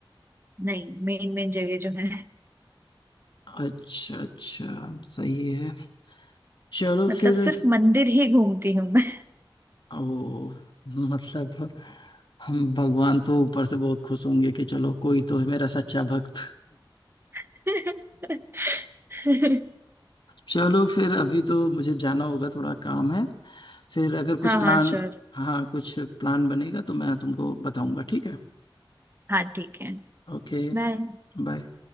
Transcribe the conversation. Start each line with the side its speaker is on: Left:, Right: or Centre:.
Right: नहीं मेन मेन जगह जो है
Left: अच्छा अच्छा सही है चलो
Right: मतलब
Left: फिर
Right: सिर्फ मंदिर ही घूमती हूँ मैं
Left: ओ मतलब हम भगवान तो ऊपर से बहुत खुश होंगे कि चलो कोई तो है मेरा सच्चा भक्त
Right: <laughs>
Left: चलो फिर अभी तो मुझे जाना होगा थोड़ा काम है फिर अगर कुछ
Right: हाँ हाँ
Left: प्लान
Right: श्योर
Left: हाँ कुछ प्लान बनेगा तो मैं तुमको बताऊंगा ठीक है
Right: हाँ ठीक है
Left: ओके
Right: बाय
Left: बाय